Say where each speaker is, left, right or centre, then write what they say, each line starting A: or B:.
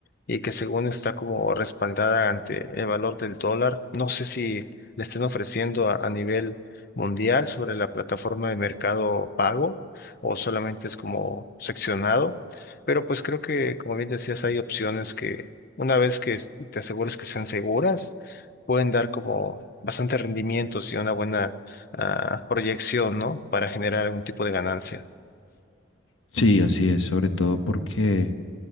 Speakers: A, on the left; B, on the left.
A: y que según está como respaldada ante el valor del dólar. No sé si le estén ofreciendo a, a nivel mundial sobre la plataforma de Mercado Pago o solamente es como seccionado, pero pues creo que, como bien decías, hay opciones que una vez que te asegures que sean seguras, pueden dar como bastante rendimientos y una buena ah, proyección, ¿no? Para generar algún tipo de ganancia.
B: Sí, así es, sobre todo porque